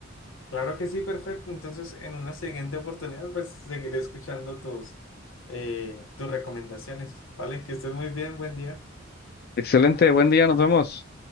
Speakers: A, on the left; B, on the left.
A: Claro que sí, perfecto. Entonces, en una siguiente oportunidad, pues seguiré escuchando tus, eh, tus recomendaciones, ¿vale? Que estés muy bien, buen día.
B: Excelente, buen día, nos vemos.